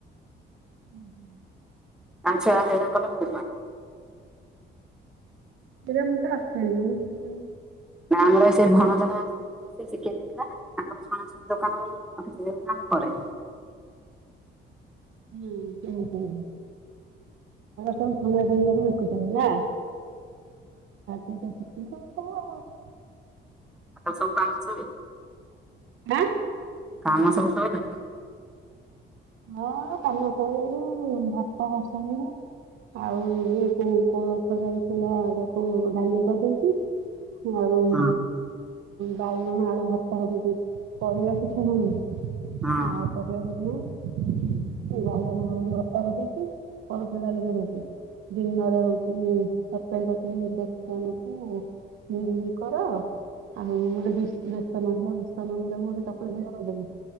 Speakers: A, on the right (about 80°); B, in the centre.
A: <inaudible>
B: ଆଚ୍ଛା ସେଇଟା କଲେ ହଲା।
A: ଏରେ ମୁଁ ତ ଆସିସାଇଲାନି।
B: ନା ଆମର ସେ ଭଣଜାଟା ଆସ। ସେ ଶିଖେଇ ଦେଇଥିଲା ତାଙ୍କର ଛଣାଛଣି ଦୋକାନ ବୋଲି ସେ କାମ କରେ।
A: ହୁଁ ହୁଁ ସମନ୍ଦରା ନା। <unintelligible>
B: ଆ ସବ କାନସ।
A: ଆଁ।
B: କାମ ସବୁ ସାଇଲାଣୀ।
A: ହଁ କାନ ଶିବାରୁ ଭାତ କରିସାଇଲିଣି। ଆଉ ଇଏ କୋ କୋଳଥ ଯାଇ ଥିଲା, ତାକୁ ଡାଲି କରିଦେଇଛି। ଆଉ
B: ହଁ
A: ବାଇଗଣ ଆଳୁ ଭର୍ତ୍ତା କରି ଦେଇଚି, ପରିବା କିଛି ନାହିଁ।
B: ହଁ
A: ଆଉ ପରିବା କିଛି ନାହିଁ ଖାଲି ବାଇଗଣ ଆଳୁ କୁ ଭର୍ତ୍ତା କରିଦେଇଛି, କୋଳଥ ଡାଲି କରିଦେଇଛି। ଦିନରେ ହଉଛି ତରକାରୀ କରିଥିଲି, ବେସନକୁ ମିଲ୍ ମିକର। ଆଉ ଗୋଟେ <unintelligible> ବେସନ ଥିଲା ବେସନକୁ ଗୋଟେ ଚକୁଲି ଭଲିଆ କରିଦେବି।